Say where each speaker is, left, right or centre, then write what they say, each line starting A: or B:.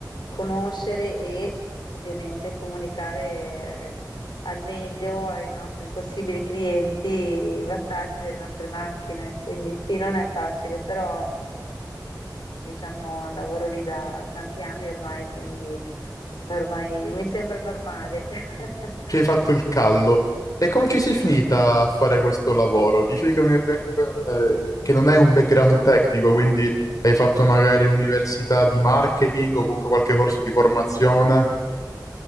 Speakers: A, on the left (about 80°); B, on the left (about 50°).
A: conoscere e ovviamente comunicare eh, al meglio ai nostri possibili clienti i vantaggi delle nostre macchine. Quindi sì, non è facile, però diciamo, lavoro lì da tanti anni ormai, quindi ormai mi sembra normale. <laughs>
B: Ci hai fatto il callo. E come ci sei finita a fare questo lavoro? Dicevi che non è be- un be- un, eh, che non hai un background tecnico, quindi hai fatto magari università di marketing o comunque qualche corso di formazione.